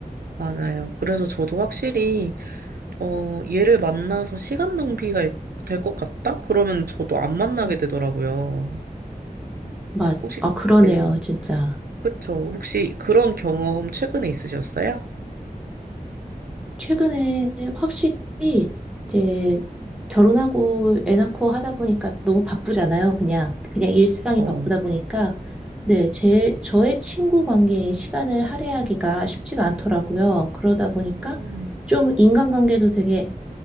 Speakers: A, on the right; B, in the centre.
A: 맞아요. 그래서 저도 확실히, 어, 얘를 만나서 시간 낭비가 될 것 같다? 그러면 저도 안 만나게
B: 음.
A: 되더라고요.
B: 맞.
A: 혹시,
B: 아 그러네요,
A: 네.
B: 진짜.
A: 그쵸. 혹시 그런 경험 최근에 있으셨어요?
B: 최근에 확실히 이제 결혼하고 애 낳고 하다 보니까 너무 바쁘잖아요. 그냥 그냥 일상이
A: 어.
B: 바쁘다 보니까 네, 제 저의 친구 관계에 시간을 할애하기가 쉽지가 않더라고요. 그러다 보니까
A: 음,
B: 좀 인간관계도 되게